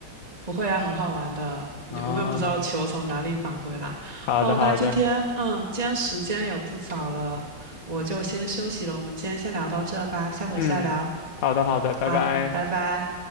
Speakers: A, on the right (about 20°); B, on the left (about 80°).
A: 不会啊，很好玩的。你永远不知道球从哪里返回来。
B: 啊，好的，
A: 哦，
B: 好的，
A: 那今天，嗯，今天时间也不早了，我就先休息了。我们今天先聊到这吧，下回再聊。
B: 嗯，好的，好的，拜拜。
A: 好，嗯，拜拜。